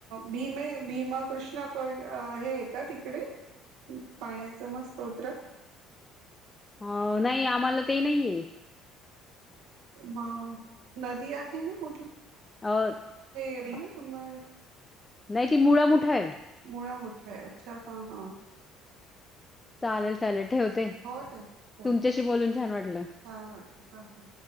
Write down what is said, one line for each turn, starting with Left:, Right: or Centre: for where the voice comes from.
Right: भीमे भीमा कृष्णा कों हे आहे का तिकडे पाण्याच म स्तोत्र.
Left: अ, नाही आम्हाला ते नाहीये.
Right: म नदी आहे ना कुठली?
Left: <inaudible>
Right: अभिन तुमार <unintelligible>
Left: नाही, ती मुळा मुठा आहे.
Right: मुळा मोठ <inaudible> अच्छ हां हां.
Left: चालेल चालेल ठेवते,
Right: हो ताई चालेल
Left: तुमच्याशी बोलून छान वाटलं.
Right: छान वाटलं हा ठीक